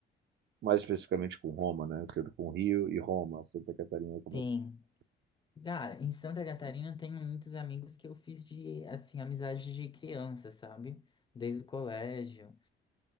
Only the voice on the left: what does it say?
sim.
Cara, em Santa Catarina eu tenho muitos amigos que eu fiz de, assim, amizade de criança, sabe? Desde o colégio.